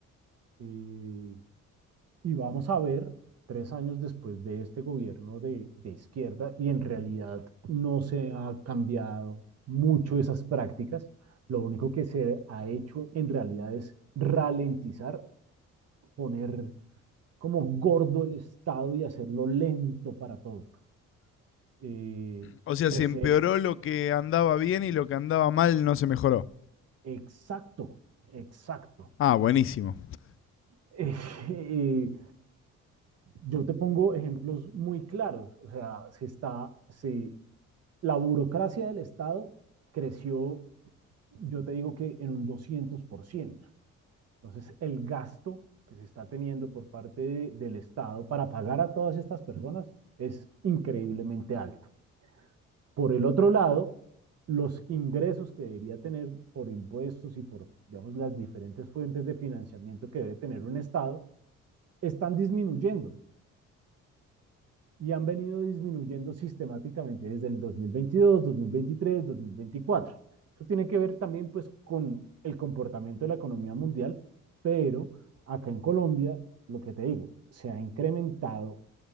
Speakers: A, on the right; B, on the left.
A: Eh, y vamos a ver, tres años después de este gobierno de, de izquierda, y en realidad no se ha cambiado mucho esas prácticas, lo único que se ha hecho en realidad es ralentizar, poner como gordo el Estado y hacerlo lento para todo. Eh,
B: O sea,
A: crecer,
B: se empeoró lo que andaba bien y lo que andaba mal no se mejoró.
A: exacto, exacto. <laughs>
B: Ah, buenísimo.
A: Eh, eh, Yo te pongo ejemplos muy claros, o sea, se está, se, la burocracia del Estado creció, yo te digo que en un 200%. Entonces, el gasto que se está teniendo por parte de, del Estado para pagar a todas estas personas es increíblemente alto. Por el otro lado, los ingresos que debería tener por impuestos y por, digamos, las diferentes fuentes de financiamiento que debe tener un Estado están disminuyendo y han venido disminuyendo sistemáticamente desde el dos dos mil mil veintidós dos mil veintitrés dos mil veinticuatro Eso tiene que ver también pues con el comportamiento de la economía mundial, pero acá en Colombia, lo que te digo, se ha incrementado